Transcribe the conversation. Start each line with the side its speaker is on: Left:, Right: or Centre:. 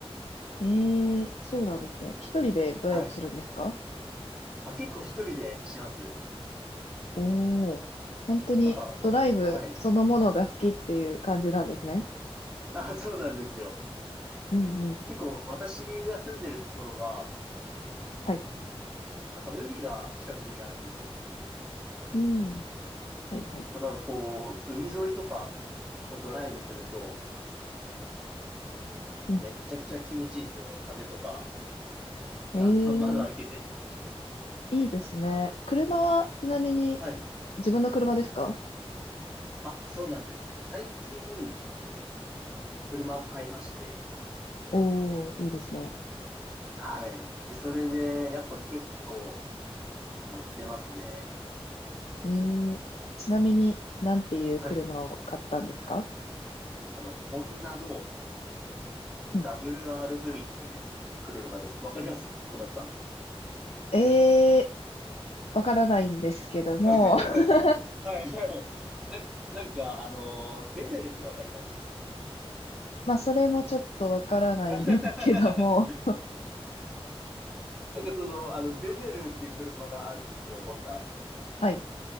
Left: ええそうなんですね。一人でドライブするんですか
Centre: はい。あ、結構一人でします。
Left: おおー、本当にドライブそのものが好きっていう感じなんですね。
Centre: なんか、はい。あ、そうなんですよ。
Left: うんうん。
Centre: 結構、私が住んでるところが、
Left: はい。
Centre: なんか海が近くにあるんですよ。
Left: うん。はいはい。
Centre: だからこう、海沿いとか、こうドライブすると、
Left: うん。
Centre: めっちゃくちゃ気持ちいいんですよね。風とか。
Left: え
Centre: あの、<laughs> 窓開けて。
Left: えいいですね。車はちなみに
Centre: はい。
Left: 自分の車ですか
Centre: あ、そうなんですよ。最近、車を買いまして。
Left: おおー、いいですね。
Centre: はい。で、それで、やっぱ結構乗ってますね。
Left: えー、ちなみに、なんていう車を買ったんですか
Centre: はい。あの、ホンダの
Left: うん。
Centre: WRV っていう車です。わかります小田さん。
Left: えー、わからないんですけども。
Centre: <laughs> はいはい。
Left: <laughs>
Centre: なん、なんか、あの、ベゼルってわかります
Left: まあ、それもちょっとわからないんですけども。
Centre: <laughs> なんかその、あの、ベゼルっていう車があるんですよ、ホンダ。
Left: <laughs> はい、